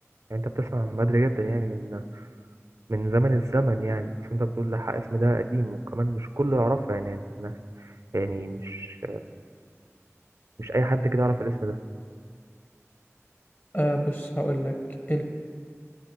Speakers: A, on the right; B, on the left.
A: يعني انت بتسمع من بدري جدا يعني من من زمن الزمن يعني اصل انت بتقول لحق اسم ده قديم وكمان مش كله يعرفه يعني الناس يعني مش مش اي حد كده يعرف الاسم ده
B: آه بص هقول لك